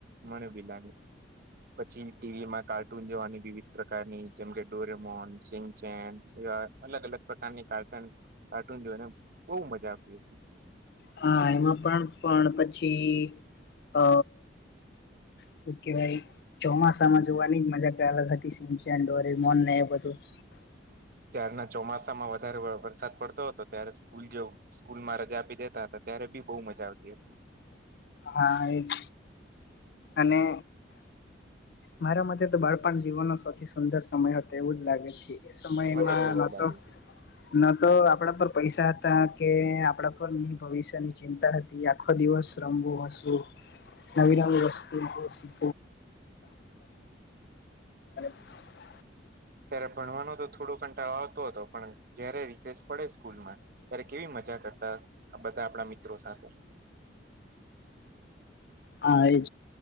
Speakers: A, on the right; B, on the left.
A: મને બી લાગે પછી ટીવીમાં કાર્ટૂન જોવાની વિવિધ પ્રકારની જેમકે ડોરેમોન સીનચેન અલગ અલગ પ્રકારની કાર્ટન કાર્ટૂન જોને બહુ મજા આવતી હતી
B: હા એમાં પણ પણ પછી અ શું કેવાય ચોમાસામાં જોવાની મજા કાંઈ અલગ હતી સિનચેન ડોરેમોન ને એ બધું <inaudible>
A: ત્યારના ચોમાસામાં વધારે વરસાદ પડતો હતો ત્યારે સ્કૂલ જે સ્કૂલમાં રજા આપી દેતા હતા ત્યારે રે બી બહુ મજા આવતી હતી
B: હા એજ અને મારા મથે તો બાળપણ જીવનનો સૌથી સુંદર સમય હતો એવું જ લાગે છે એ સમયમાં
A: મને બી એવું
B: નતો
A: જ લાગે છે
B: ના તો આપડા પર પૈસા હતા કે આપડા પર ની ભવિષ્યની ચિંતા હતી આખો દિવસ વિશ્રમભુ હસું નવી નવી વસ્તુ શી <unintelligible> <inaudible>
A: ત્યારે ભણવાનો તો થોડો કંટાળ આવતો હતો પણ જય્યારે રિસેચ પડે સ્કૂલમાં ત્યારે કેવી મજા કરતા બધા આપણા મિત્રો સાથે
B: હા એજ